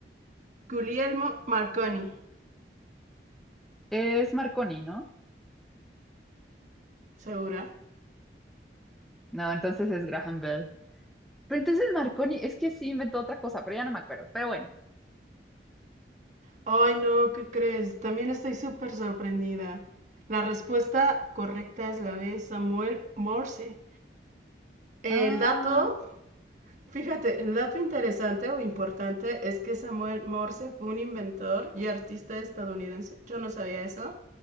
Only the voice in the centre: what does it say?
Es Marconi, ¿no?
No, entonces es Graham Bell. Pero entonces Marconi, es que sí inventó otra cosa, pero ya no me acuerdo. Pero bueno.
Ah.